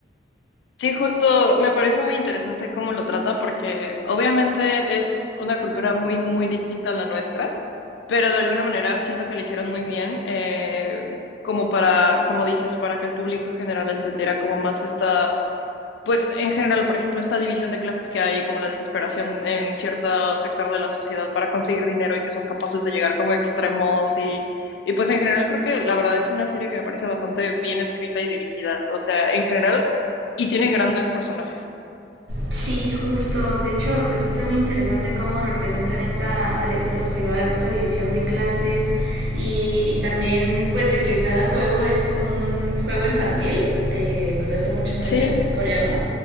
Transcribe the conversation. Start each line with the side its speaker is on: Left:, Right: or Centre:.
Left: sí, justo me parece muy interesante cómo lo trata porque obviamente es una cultura muy, muy distinta a la nuestra pero de alguna manera siento que lo hicieron muy bien, eh, como para, como dices, para que el público en general entendiera como más esta, pues en general, por ejemplo, esta división de clases que hay, como la desesperación en cierto sector de la sociedad para conseguir dinero y que son capaces de llegar como extremos y, y pues en general creo que la verdad es una serie que me parece bastante bien escrita y dirigida, o sea, en general, y tiene grandes personajes.
Right: Sí, justo. De hecho, o sea, sí está muy interesante cómo representan esta eh, sociedad, esta división de clases y, y también pues de que cada juego es como un juego infantil de, pues, de hace muchos
Left: Sí.
Right: años, eh, coreano.